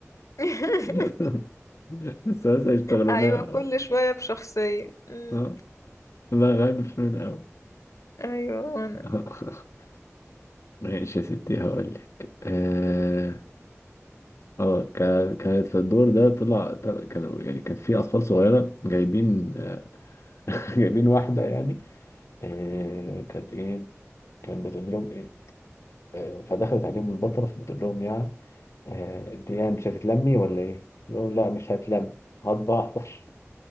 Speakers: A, on the left (about 80°); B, on the left (about 65°).
A: <laughs>
B: <laughs> بس بس يشتغلونها
A: أيوة كل شوية بشخصية أمم،
B: ها لا غالب في من الاول
A: أيوة
B: <laughs>
A: أنا
B: ماشي يا ستي هقول لك اه آه، كان- كانت في الدور ده طلع طلع- كانوا يعني كان في اطفال صغيره جايبين <laughs> جايبين واحده يعني آه، كانت ايه كان بتقول لهم ايه آه، فدخلت عليهم البطله فبتقول لهم يعني آه، انت يعني مش هتتلمي ولا ايه؟ يقولوا لا مش هتلم هطبع احضر